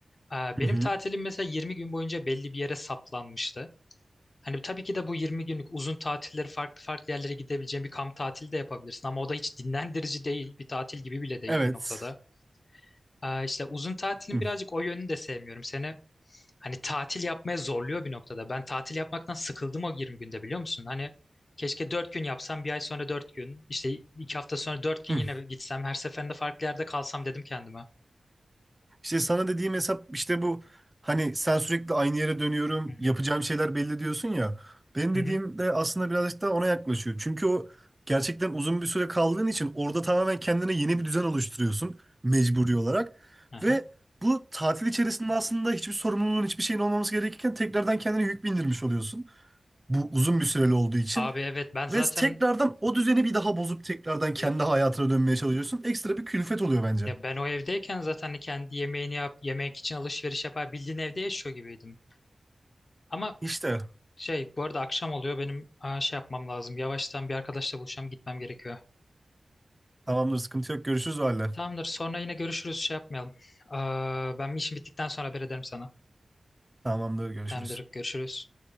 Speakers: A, on the left; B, on the right.
A: E, benim
B: Hı hı.
A: tatilim mesela 20 gün boyunca belli bir yere saplanmıştı. Hani tabii ki de bu 20 günlük uzun tatilleri farklı farklı yerlere gidebileceğin bir kamp tatili de yapabilirsin ama o da hiç dinlendirici değil. Bir tatil gibi bile değil
B: Evet.
A: bir noktada. Ee, işte uzun tatilin
B: Hı,
A: birazcık o yönünü de sevmiyorum. Seni hani tatil yapmaya zorluyor bir noktada. Ben tatil yapmaktan sıkıldım o 20 günde biliyor musun? Hani keşke 4 gün yapsam bir ay sonra 4 gün işte 2 hafta sonra 4
B: hı.
A: gün yine gitsem her seferinde farklı yerde kalsam dedim kendime.
B: İşte sana dediğim hesap işte bu hani sen sürekli aynı yere dönüyorum
A: Hı
B: yapacağım
A: hı,
B: şeyler belli diyorsun ya. Benim
A: hı
B: dediğim
A: hı,
B: de aslında birazcık da ona yaklaşıyor. Çünkü o gerçekten uzun bir süre kaldığın için orada tamamen kendine yeni
A: hı
B: bir düzen
A: hı.
B: oluşturuyorsun mecburi olarak.
A: Aha.
B: Ve bu tatil içerisinde aslında hiçbir sorumluluğun hiçbir şeyin olmaması gerekirken tekrardan kendine yük bindirmiş oluyorsun. Bu uzun bir süreli olduğu için.
A: Abi evet ben zaten
B: Ve tekrardan o düzeni bir daha bozup tekrardan kendi
A: ya,
B: hayatına dönmeye çalışıyorsun. Ekstra bir külfet oluyor bence.
A: Ya ben o evdeyken zaten hani kendi yemeğini yap, yemek için alışveriş yapar bildiğin evde yaşıyor gibiydim. Ama
B: İşte.
A: şey bu arada akşam oluyor benim aa, şey yapmam lazım. Yavaştan bir arkadaşla buluşacağım gitmem gerekiyor.
B: Tamamdır sıkıntı yok. Görüşürüz o halde.
A: Tamamdır sonra yine görüşürüz şey yapmayalım. Aa, ben işim bittikten sonra haber ederim sana.
B: Tamamdır görüşürüz.
A: Tamamdır görüşürüz.